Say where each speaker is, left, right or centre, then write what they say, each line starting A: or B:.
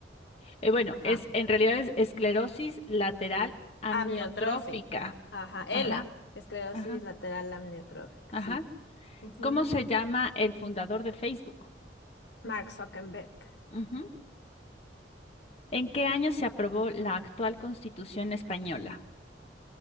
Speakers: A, on the left; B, on the left.
A: Eh, bueno,
B: Ajá.
A: es en realidad es esclerosis lateral amiotrófica.
B: Amniotrofi. Ajá. ELA.
A: Ajá,
B: Esclerosis
A: ajá,
B: lateral amniotrófica.
A: ajá.
B: Sí. Ujú.
A: ¿Cómo se llama el fundador de Facebook?
B: Mark Zuckerberg.
A: Ujú. ¿En qué año se aprobó la actual Constitución española?